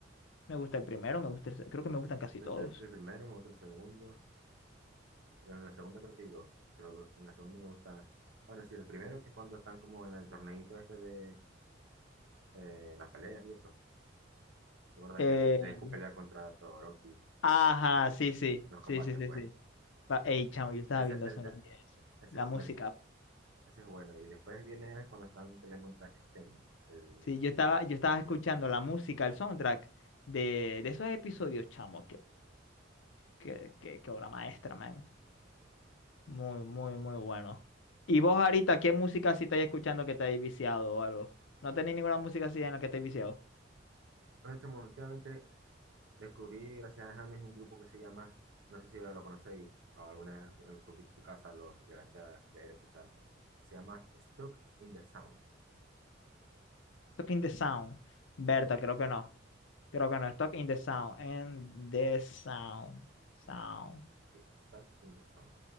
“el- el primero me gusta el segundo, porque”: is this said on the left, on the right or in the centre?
Right